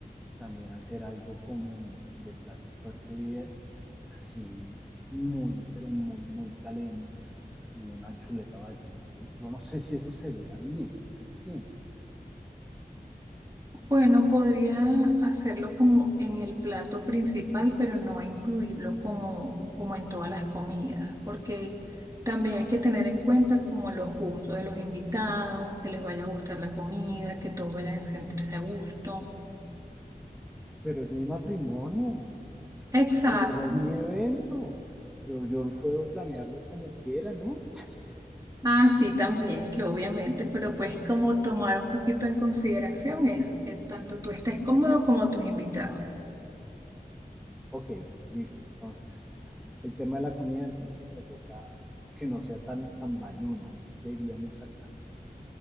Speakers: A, in the centre; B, on the right.
A: también hacer algo como de plato fuerte, así muy, pero muy, muy caleño, una chuleta bayuna. Yo, yo no sé si eso se vea bien, ¿tú qué piensas?
B: Bueno, podría hacerlo como en el plato principal, pero no incluirlo como, como en todas las comidas, porque también hay que tener en cuenta como los gustos de los invitados, que les vaya a gustar la comida, que todos vayan a sentirse a gusto.
A: Pero es mi matrimonio,
B: Exacto.
A: eh, o sea, es mi evento. Yo, yo puedo planearlo como quiera, ¿no?
B: Ah, sí, también, que obviamente, pero pues como tomar un poquito en consideración eso, que tanto tú estés cómodo como tus invitados.
A: Ok, listo. Entonces, el tema de la comida, entonces me toca que no sea tan, tan bayuno, diríamos acá.